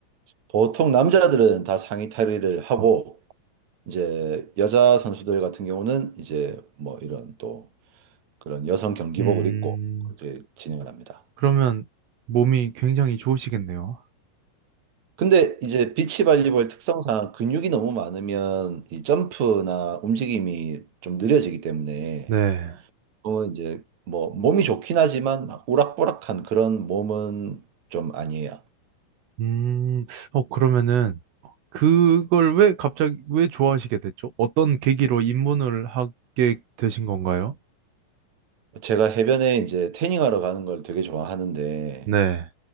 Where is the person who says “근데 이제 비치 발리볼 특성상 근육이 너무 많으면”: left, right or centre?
Right